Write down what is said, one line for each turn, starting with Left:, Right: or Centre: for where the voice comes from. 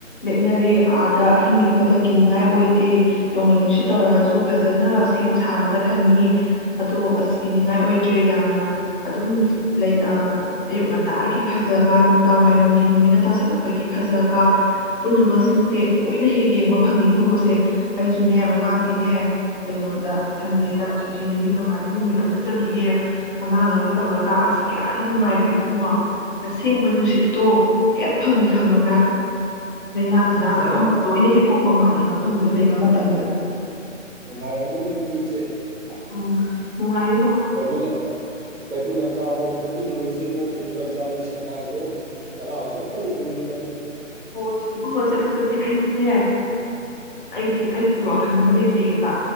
Left: ꯂꯦꯛꯅꯔꯦ ꯑꯥꯗ ꯑꯍꯤꯡ ꯂꯦꯛꯄꯗ ꯀꯤꯅꯤꯡꯉꯥꯏ ꯑꯣꯏꯗꯦ ꯅꯣꯡꯂꯩ ꯅꯨꯡꯁꯤꯠ ꯇꯧꯔꯛꯑꯁꯨ ꯐꯖꯅ ꯁꯦꯝ ꯁꯥꯔꯒ ꯊꯝꯃꯤ ꯑꯗꯣ ꯑꯁ ꯀꯤꯅꯤꯡꯉꯥꯏ ꯑꯣꯏꯗ꯭ꯔꯦ ꯌꯥꯝꯅ ꯑꯗꯨꯝ ꯂꯩ ꯑꯌꯨꯛ ꯉꯟꯇꯥꯒꯤ ꯐꯖꯕ ꯅꯨꯡꯗꯥꯡ ꯋꯥꯏꯔꯝꯒꯤ ꯅꯨꯃꯤꯠꯅ ꯇꯥꯁꯜꯂꯛꯄꯒꯤ ꯐꯖꯕ ꯄꯨꯝꯅꯃꯛꯁꯤꯡꯁꯦ ꯂꯣꯏꯅ ꯍꯦꯛ ꯌꯦꯡꯕ ꯐꯪꯉꯤ ꯏ ꯄꯨꯡꯉꯣꯁꯦ ꯑꯩꯁꯨꯅꯦ ꯃꯃꯥꯡꯒꯤꯅꯦ ꯀꯩꯅꯣꯗ ꯁꯟꯗꯦꯗ ꯁꯨꯇꯤ ꯅꯨꯃꯤꯠ ꯅꯣꯡꯃꯥꯏꯖꯤꯡ ꯅꯨꯃꯤꯠ ꯑꯝꯇ ꯆꯠꯂꯨꯏꯌꯦ ꯑꯉꯥꯡꯉꯩꯒ ꯇꯧꯔꯒ ꯑꯁ ꯀꯌꯥꯗꯤ ꯅꯨꯡꯉꯥꯏ <unintelligible> ꯑꯦꯕꯨꯡꯉꯣ ꯑꯁꯦꯡꯕ ꯅꯨꯡꯁꯤꯠꯇꯣ ꯍꯦꯛ ꯐꯪꯉꯤ ꯈꯪꯉꯕ꯭ꯔꯥ ꯂꯥꯏꯅꯥ
Right: ꯑꯁ
Left: ꯇꯤꯟꯅꯥꯒ
Right: ꯅꯨꯡꯉꯥꯏꯔꯝ
Left: ꯑ ꯂꯣꯏꯅ ꯍꯦꯛ ꯀꯣꯛꯄ ꯃꯥꯜꯂꯤ ꯃꯐꯝꯗꯨꯗ ꯂꯩꯕ ꯃꯇꯝꯗ
Right: ꯄꯔꯝꯒꯅꯤꯕꯨ ꯏꯆꯦ
Left: ꯎꯝ ꯅꯨꯡꯉꯥꯏ
Right: ꯀꯩ ꯕꯨꯜ ꯀꯩꯕꯨꯜ ꯂꯝ ꯖꯥꯑꯣꯌꯗꯤ ꯆꯠꯄꯤꯗꯔꯣ ꯏꯆꯦꯕꯣ ꯀꯦꯏꯕꯨꯜ ꯂꯝꯖꯥꯑꯣꯒꯤ ꯁꯉꯥꯏꯗꯨ ꯅꯅꯥꯎꯁꯨ ꯑꯝꯇꯗꯤ ꯎꯅꯤꯡꯕꯅꯤ꯫
Left: ꯑꯣ ꯏꯕꯨꯡꯛꯣ ꯆꯠꯂꯤ ꯆꯠꯂꯤ ꯑꯩꯗꯤꯅꯦ ꯑꯩꯗꯤ ꯑꯩꯒꯤ ꯋꯥꯈꯜ ꯑꯃ ꯂꯩꯖꯩꯑꯕ